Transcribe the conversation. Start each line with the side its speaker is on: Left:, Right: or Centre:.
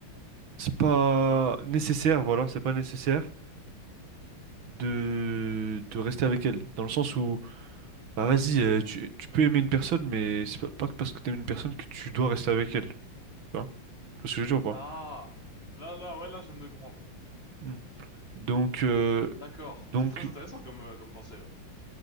Right: c'est pas nécessaire, voilà, c'est pas nécessaire de, de rester avec elle. Dans le sens où Bah vas-y, euh, tu, tu peux aimer une personne, mais c'est pas, pas que parce que t'aimes une personne que tu dois rester avec elle. Tu vois? Tu vois ce que je veux dire ou pas?
Left: Ah, là, là, ouais, là, je viens de comprendre.
Right: Hmm. Donc, euh,
Left: D'accord,
Right: donc,
Left: c'est très intéressant comme, euh, comme pensée, ouais.